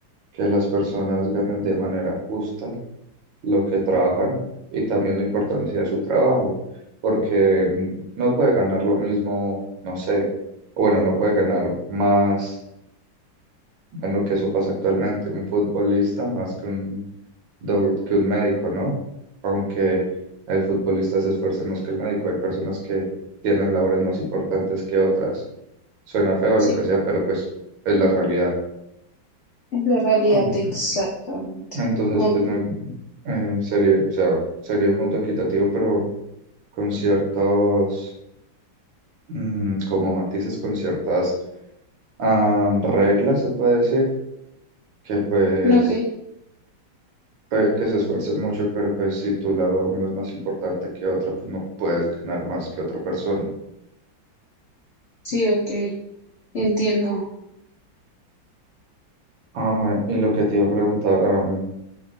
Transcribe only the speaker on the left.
Sí,
es la realidad
exactamente.
O-
Ok,
sí, ok, entiendo.